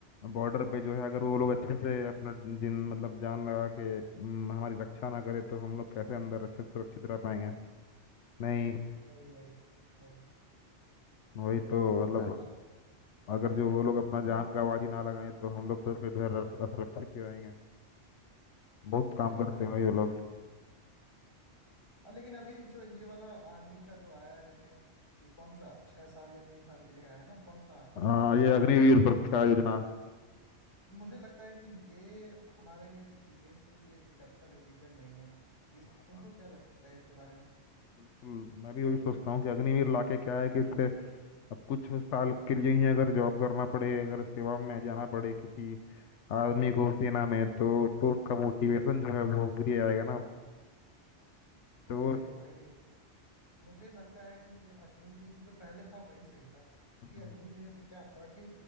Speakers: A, on the left; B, on the left.
A: बॉर्डर पे जो है अगर वो लोग अच्छे से अपना जिन मतलब जान लगा के हम्म, हमारी रक्षा ना करे तो हम लोग कैसे अंदर अच्छे से सुरक्षित रह पाएंगे नहीं
B: वही वही वही
A: वही तो
B: मुझे
A: मतलब
B: लग
A: अगर जो वो लोग अपना
B: बुल
A: जान का आवाज ही ना लगाएं तो हम लोग तो फिर इधर अस- असुरक्षित ही रहेंगे बहुत काम
B: वही
A: करते
B: है भाई
A: हैं
B: यही
A: भाई
B: मतलब
A: वो लोग
B: अ, लेकिन अभी जो ये वाला आर्मी का जो आया है जिसमें ये कौन सा छह साल या तीन साल के लिए आया है ना कौन सा
A: हाँ ये
B: अ,
A: अग्निवीर सुरक्षा
B: भर्ती
A: योजना
B: मुझे लगता है कि ये हमारे देश के लिए एक अच्छा डिसीजन नहीं है इस
A: हाँ
B: तुमको
A: हाँ
B: क्या लगता है इसके बारे में
A: बिल्कुल मैं भी वही सोचता हूँ कि अग्निवीर लाके क्या है कि इससे अब कुछ साल के लिए ही अगर जॉब करना पड़े अगर सेवा में जाना पड़े किसी आदमी को सेना में तो तो उसका मोटिवेशन जो है वो गिर जाएगा ना
B: वही
A: तो
B: वही भाई मुझे लगता है कि ये अग्निवीर जो पहले था वही सही था
A: हम्म,
B: कि अग्निवीर से क्या हुआ कि